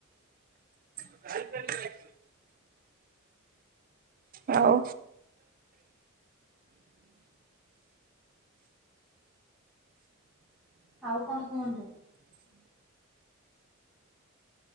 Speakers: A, on the right (about 45°); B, in the centre.
A: କଲି କ ହଉ
B: ଆଉ କଣ କୁହନ୍ତୁ